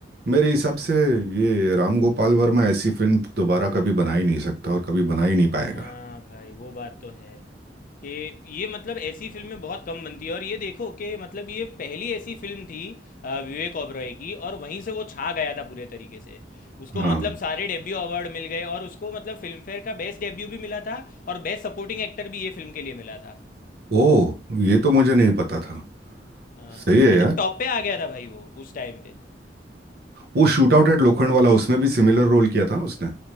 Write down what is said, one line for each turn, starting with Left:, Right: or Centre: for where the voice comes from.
Right: मेरे हिसाब से ये राम गोपाल वर्मा ऐसी फिल्म दोबारा कभी बना ही नहीं सकता और कभी बना ही नहीं पाएगा
Left: हाँ भाई वो बात तो है कि ये मतलब ऐसी फिल्में बहुत कम बनती है और ये देखो कि मतलब ये पहली ऐसी फिल्म थी अ, विवेक ओबरॉय की और वहीं से वो छा गया था पूरे तरीके से उसको
Right: हाँ
Left: मतलब सारे डेब्यू अवार्ड मिल गए और उसको मतलब फिल्म फेयर का बेस्ट डेब्यू भी मिला था और बेस्ट सपोर्टिंग एक्टर भी ये फिल्म के लिए मिला था
Right: ओ ये तो मुझे नहीं पता था
Left: हाँ
Right: सही है
Left: मतलब
Right: यार
Left: टॉप पे आ गया था भाई वो उस टाइम पे
Right: वो shoot out at Lokhandwala उसमें भी सिमिलर रोल किया था उसने